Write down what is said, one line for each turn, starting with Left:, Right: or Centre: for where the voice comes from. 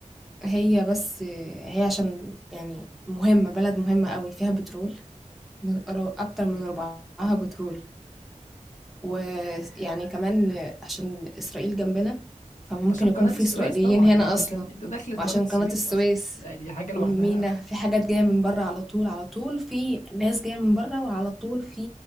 Centre: هي بس هي عشان يعني مهمة بلد مهمة قوي فيها بترول ن- رو- اكتر من ربعها بترول ويعني كمان عشان إسرائيل جنبنا فممكن
Left: عشان
Centre: يكون
Left: قناه
Centre: في
Left: السويس
Centre: إسرائيليين
Left: طبعا
Centre: هنا
Left: يعني انت
Centre: أصلا
Left: عشان انت دخلت
Centre: وعشان
Left: قناه السويس
Centre: قناة السويس
Left: اصلا يعني دي حاجه
Centre: والمينا
Left: لوحدها
Centre: في حاجات جاية من بره على طول على طول في ناس جاية من بره وعلى طول في